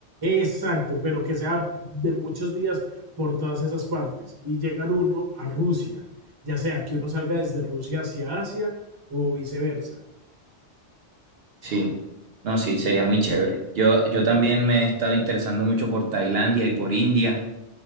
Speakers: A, on the right; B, on the right.
A: Exacto, pero que sea de muchos días por todas esas partes y llegar uno a Rusia, ya sea que uno salga desde Rusia hacia Asia o viceversa.
B: Sí. No, sí, sería muy chévere. Yo, yo también me he estado interesando mucho por Tailandia y por India